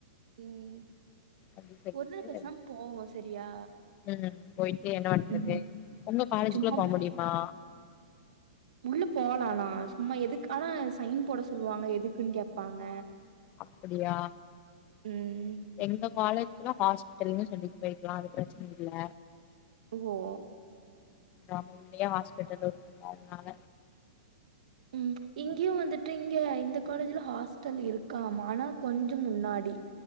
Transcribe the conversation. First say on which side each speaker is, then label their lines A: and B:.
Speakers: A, on the right; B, on the left.
A: ம்
B: அப்டி சொல்லிட்டு
A: ஒரு நாள் பேசாம போவோம் சரியா
B: ம் போய்ட்டு என்ன பண்றது
A: ம்
B: உங்க காலேஜுகுள்ள
A: சும்மா
B: போ முடியுமா
A: உள்ள போலானா சும்மா எதுக்கு ஆனா சைன் போட சொல்லுவாங்க எதுக்குன் கேப்பாங்க
B: அப்புடியா
A: ம்
B: எங்க காலேஜுகுனா ஹாஸ்பிட்டல்ன்னு சொல்லி போயிக்கிலா அது பிரச்சினி இல்ல
A: இது ஓ
B: நம்ம உள்ளயே ஹாஸ்பிட்டல் இருக்குல அதுனால
A: ம் இங்கியு வந்துட்டு இங்க இந்த காலேஜ்ல ஹாஸ்டல் இருக்காமா ஆனா கொஞ்சோ முன்னாடி